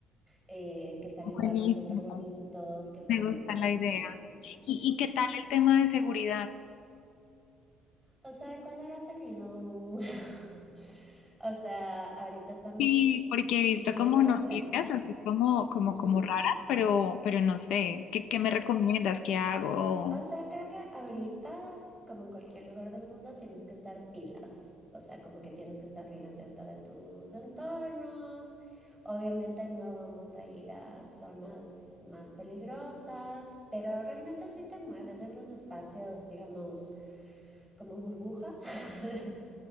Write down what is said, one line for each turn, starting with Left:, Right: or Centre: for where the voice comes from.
Centre: eh, que están en
Left: Buenísimo.
Centre: barrios súper bonitos, que podemos
Left: Me gusta
Centre: ir
Left: la
Centre: así
Left: idea.
Centre: conociendo.
Left: ¿Y,
Centre: Ujú.
Left: y qué tal el tema de seguridad?
Centre: O sea, Ecuador ha tenido un- <laughs> O sea, ahorita estamos
Left: Sí, porque he
Centre: bien
Left: visto como
Centre: complejos.
Left: noticias así como, como,
Centre: Ujú.
Left: como raras, pero, pero no sé. ¿Qué, qué me recomiendas? ¿Qué hago?
Centre: O sea, creo que ahorita, como en cualquier lugar del mundo, tienes que estar pilas. O sea, como que tienes que estar bien atenta de tus entornos. Obviamente no vamos a ir a zonas más peligrosas, pero realmente sí te mueves en los espacios, digamos, como burbuja. <laughs>